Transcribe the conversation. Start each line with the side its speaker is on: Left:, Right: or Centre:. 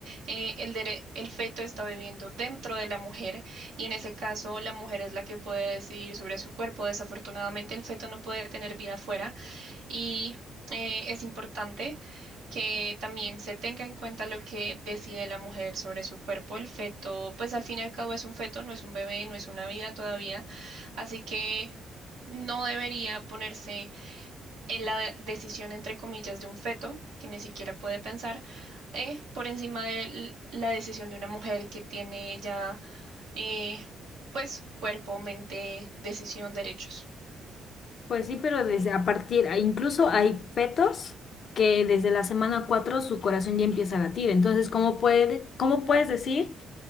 Right: Eh, el, dere- el feto está viviendo dentro de la mujer y en ese caso la mujer es la que puede decidir sobre su cuerpo. Desafortunadamente, el feto no puede tener vida afuera. Y eh, es importante que también se tenga en cuenta lo que decide la mujer sobre su cuerpo. El feto, pues al fin y al cabo es un feto, no es un bebé, no es una vida todavía. Así que no debería ponerse en la de- decisión, entre comillas, de un feto, que ni siquiera puede pensar, eh, por encima de l- la decisión de una mujer que tiene ya, eh, pues, cuerpo, mente, decisión, derechos.
Left: Pues sí, pero desde a partir, ah, incluso hay fetos que desde la semana 4 su corazón ya empieza a latir. Entonces, ¿cómo puede, cómo puedes decir?